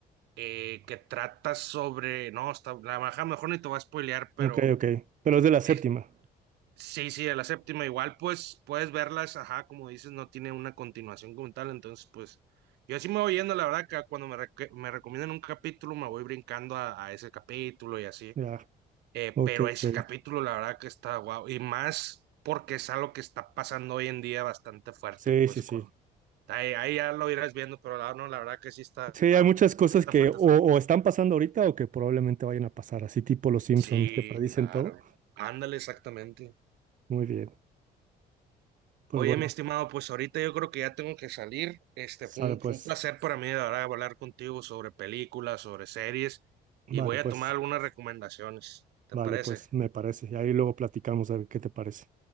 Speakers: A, on the right; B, on the right.
A: eh, que trata sobre, no, está, la baja mejor ni te voy a spoilear,
B: Ok,
A: pero
B: ok. Pero es de la séptima.
A: eh, Sí, sí, a la séptima igual, pues puedes verlas, ajá, como dices, no tiene una continuación como tal, entonces pues yo así me voy yendo, la verdad, que cuando me, reque- me recomiendan un capítulo me voy brincando a, a ese capítulo y así,
B: Ya.
A: eh,
B: Ok,
A: pero ese
B: ok.
A: capítulo la verdad que está guau, y más porque es algo que está pasando hoy en día bastante fuerte,
B: Sí,
A: pues
B: sí, sí.
A: con... Ahí, ahí ya lo irás viendo, pero la, no, la verdad que sí está,
B: Sí, hay muchas cosas
A: sí está
B: que
A: fuerte
B: o, o
A: son.
B: están pasando ahorita o que probablemente vayan a pasar, así tipo los Simpsons
A: Sí,
B: que predicen
A: claro.
B: todo.
A: Ándale, exactamente.
B: Muy bien. Pues
A: Oye,
B: bueno,
A: mi estimado, pues ahorita yo creo que ya tengo que salir. Este
B: sale
A: fue un,
B: pues.
A: fue un placer para mí de verdad hablar contigo sobre películas, sobre series,
B: Vale,
A: y voy a
B: pues.
A: tomar algunas recomendaciones. ¿Te
B: Vale,
A: parece?
B: pues me parece. Y ahí luego platicamos a ver qué te parece.